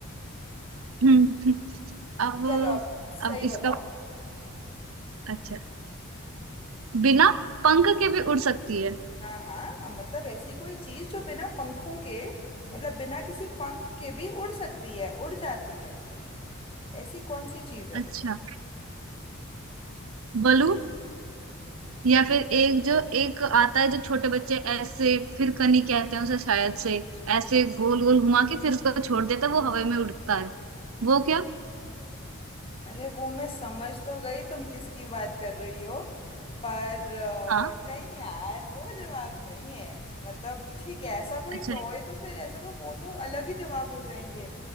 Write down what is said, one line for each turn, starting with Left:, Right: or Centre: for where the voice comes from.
Right: हम्म, अब
Left: चलो अब सही
Right: अब
Left: बताओ
Right: इसका अच्छा बिना पंख के भी उड़ सकती है
Left: हाँ हाँ मतलब ऐसी कोई चीज जो बिना पंखों के मतलब बिना किसी पंख के भी उड़ सकती है उड़ जाती है ऐसी कौन सी चीज है
Right: अच्छा बलून या फिर एक जो एक आता है जो छोटे बच्चे ऐसे फिर कनी कहते हैं उसे शायद से ऐसे गोल गोल घुमा के फिर उसको छोड़ देता है वो हवा में उड़ता है वो क्या
Left: अरे वो मैं समझ तो गई तुम किसकी बात कर रही हो पर अ,
Right: हाँ
Left: नहीं यार वो जवाब नहीं है मतलब ठीक है ऐसा कोई
Right: अच्छा
Left: टॉय तो फिर ऐसे तो वो तो अलग ही जवाब हो जाएंगे